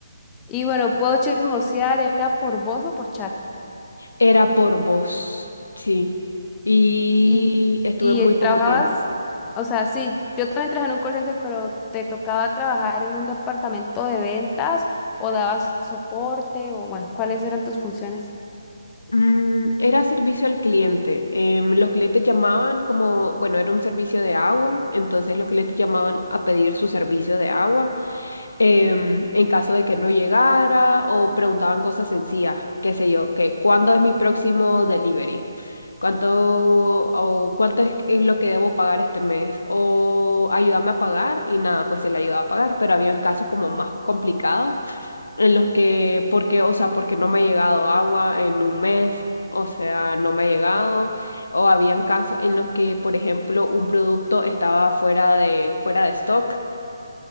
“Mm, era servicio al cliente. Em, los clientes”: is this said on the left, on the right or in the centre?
Left